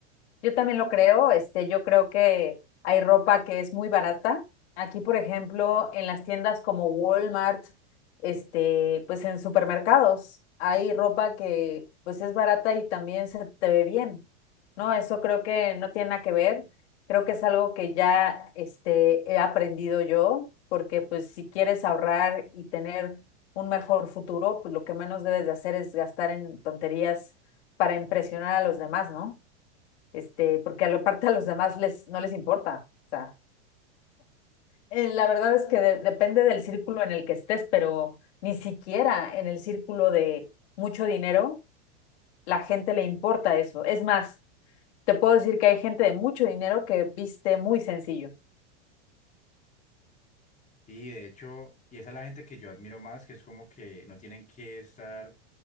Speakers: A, on the left; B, on the left.
A: Yo también lo creo, este, yo creo que hay ropa que es muy barata. Aquí, por ejemplo, en las tiendas como Walmart, este, pues en supermercados, hay ropa que pues es barata y también se te ve bien, ¿no? Eso creo que no tiene nada que ver. Creo que es algo que ya, este, he aprendido yo, porque pues si quieres ahorrar y tener un mejor futuro, pues lo que menos debes de hacer es gastar en tonterías para impresionar a los demás, ¿no? este, porque a la parte a los demás les, no les importa. O sea, eh, la verdad es que de- depende del círculo en el que estés, pero ni siquiera en el círculo de mucho dinero la gente le importa eso. Es más, te puedo decir que hay gente de mucho dinero que viste muy sencillo.
B: Y de hecho, y esa es la gente que yo admiro más, que es como que no tienen que estar